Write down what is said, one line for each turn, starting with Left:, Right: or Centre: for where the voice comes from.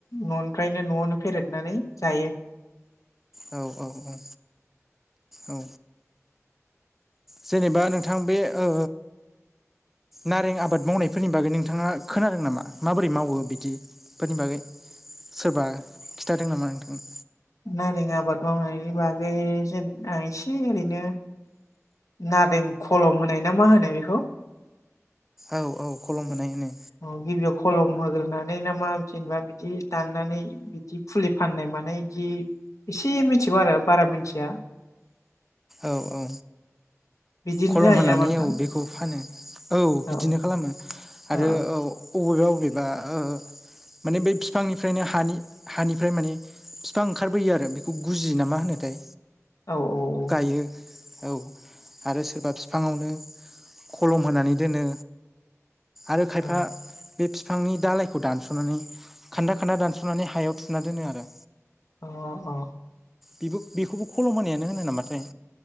Left: न'निफ्रायनो न'आवनो फेरेदनानै जायो
Centre: औ औ औ औ जेनेबा नोंथां बे ओ नारें आबाद मावनायफोरनि बागै नोंथाङा खोनादों नामा माबोरै मावो बिदि बेफोरनि बागै सोरबा खिथादों नामा नोंथांनो
Left: नारें आबाद मावनायनि बागै जेनेबा आं इसे ओरैनो नारें खलम होनाय ना मा होनो बेखौ
Centre: औ औ खलम होनाय होनो
Left: औ गिबियाव खलम होग्रोनानै ना मा जेनेबा बिदि दाननानै बिदि फुलि फाननाय मानाय इदि एसे मिनथिगौ आरो बारा मिथिया
Centre: औ औ
Left: बिदिनो
Centre: खलम
Left: जायो
Centre: होनानै
Left: नामा नोंथां
Centre: औ बेखौ फानो औ बिदिनो
Left: औ
Centre: खालामो आरो
Left: औ
Centre: औ अबेबा अबेबा ओ माने बै फिफांनिफ्रायनो हानि हानिफ्राय माने फिफां ओंखारबोयो आरो बेखौ गुजि ना मा होनोथाय
Left: औ औ औ
Centre: बियो औ आरो सोरबा फिफाङावनो खलम होनानै दोनो आरो खायफा
Left: औ
Centre: बे फिफांनि दालायखौ दानस'नानै खान्दा खान्दा दानस'नानै हायाव थुना दोनो आरो
Left: अ अ
Centre: बेबो बेखौबो खलम होनायानो होनो नामाथाय